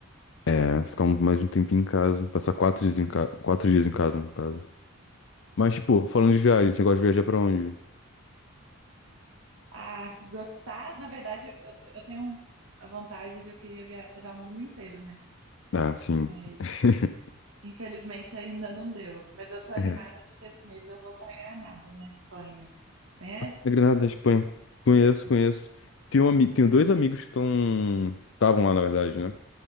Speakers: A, on the left; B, on the right.
A: é, ficar um- mais um tempinho em casa. Passar quatro dias em casa, quatro dias em casa, no caso. Mas, tipo, falando de viagem, você gosta de viajar pra onde?
B: Ah, gostar, na verdade, eu, eu tenho a vontade de eu queria viajar o mundo inteiro, né?
A: Ah, sim.
B: Mas
A: <laughs>
B: infelizmente ainda não deu. Mas eu tô animada
A: É.
B: porque esse mês eu vou pra Granada, na Espanha. Conhece?
A: Na Granada, na Espanha. Conheço, conheço. Tenho, um ami- tenho dois amigos que estão... Estavam lá, na verdade, né?